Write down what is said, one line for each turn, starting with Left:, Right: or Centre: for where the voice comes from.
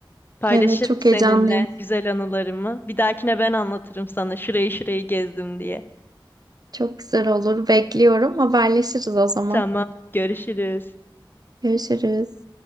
Left: Paylaşırım
Right: Evet, çok
Left: seninle
Right: heyecanlıyım.
Left: güzel anılarımı. Bir dahakine ben anlatırım sana şurayı şurayı gezdim diye.
Right: Çok güzel olur. Bekliyorum. Haberleşiriz o zaman.
Left: Tamam, görüşürüz.
Right: Görüşürüz.